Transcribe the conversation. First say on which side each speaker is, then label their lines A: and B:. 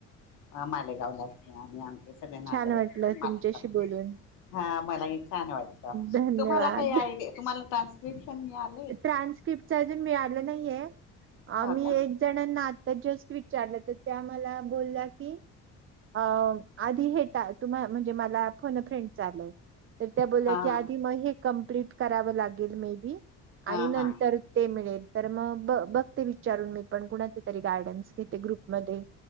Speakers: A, on the left; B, on the right.
A: अ मालेगावलाच आहे आणि आमचे सगळे नातेवाईक
B: छान वाटलं
A: पण मालेगाव
B: तुमच्याशी बोलून.
A: हा मला ही छान वाटलं
B: धन्यवाद
A: तुम्हाला काही आयडिया तुम्हाला ट्रान्स्क्रिप्शन मिळालं
B: ट्रान्स्क्रिप्टचं अजून मिळालं नाहीये
A: हा
B: आम्ही
A: का
B: एक.. जणांना आता जस्ट विचारलं तर त्या मला बोलल्या की अं आधी हे टा तुम्हा म्हणजे मला फोन अ फ्रेंड चं आलंय तर त्या बोलल्या
A: हा
B: की आधी मग हे कंप्लीट करावं लागेल मे बी
A: हा
B: आणि नंतर
A: हा
B: ते मिळेल तर मग बघ बघते विचारून मी पण कुणाचे तरी गायडन्स घेते ग्रुपमध्ये.